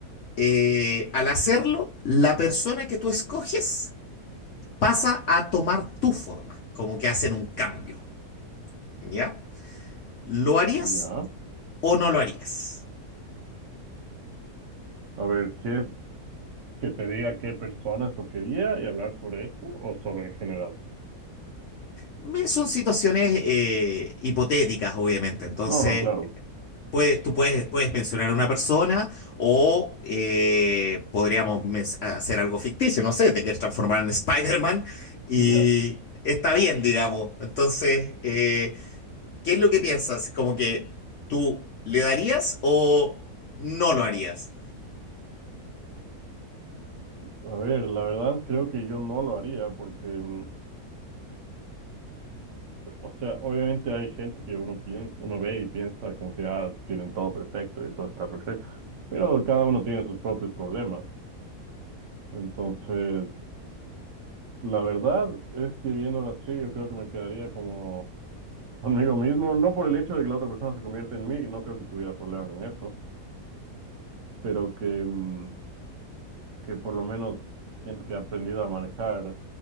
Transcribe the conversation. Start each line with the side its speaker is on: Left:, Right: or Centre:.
Left: eh, al hacerlo, la persona que tú escoges pasa a tomar tu forma, como que hacen un cambio, ¿ya? ¿Lo harías
Right: ya.
Left: o no lo harías?
Right: A ver, ¿quieres que te diga qué persona escogería y hablar sobre esto o solo en general?
Left: Me- Son situaciones eh, hipotéticas, obviamente, entonces
Right: No, no, claro.
Left: puedes, tú puedes, puedes mencionar a una persona o eh, podríamos mens- hacer algo ficticio, no sé, te quieres transformar en Spider-Man y
Right: <laughs> Ya.
Left: está bien, digamos. Entonces, eh, ¿qué es lo que piensas? ¿Como que tú le darías o no lo harías?
Right: A ver, la verdad creo que yo no lo haría porque, mm, o sea, obviamente hay gente que uno piensa, uno ve y piensa como que ah, tienen todo perfecto y todo está perfecto, pero cada uno tiene sus propios problemas. Entonces, la verdad es que viéndolo así, yo creo que me quedaría como Conmigo mismo, no por el hecho de que la otra persona se convierta en mí, no creo que tuviera problema con eso, pero que, mm, que por lo menos siento que he aprendido a manejar